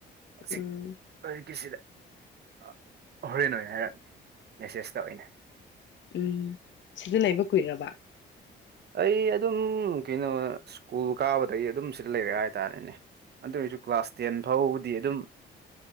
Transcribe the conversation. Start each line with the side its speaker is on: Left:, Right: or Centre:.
Right: <unintelligible>
Left: ꯎꯝ
Right: ꯍꯧꯖꯤꯛꯀꯤꯁꯤꯗ ꯑ ꯍꯣꯔꯦꯟ ꯑꯣꯏꯅ ꯍꯥꯏꯔꯛ ꯃꯦꯁꯦꯁꯇ ꯑꯣꯏꯅ
Left: ꯎꯝ ꯁꯤꯗ ꯂꯩꯕ ꯀꯨꯏꯔꯕ
Right: ꯑꯩ ꯑꯗꯨꯝ ꯀꯩꯅꯣ ꯁ꯭ꯀꯨꯜ ꯀꯥꯕꯗꯒꯤ ꯑꯗꯨꯝ ꯁꯤꯗ ꯂꯩꯔꯦ ꯍꯥꯏꯇꯥꯔꯦꯅꯦ ꯑꯗꯨ ꯑꯣꯏꯔꯁꯨ ꯀ꯭ꯂꯥꯁ ꯇꯦꯟ ꯐꯥꯎꯕꯗꯤ ꯑꯗꯨꯝ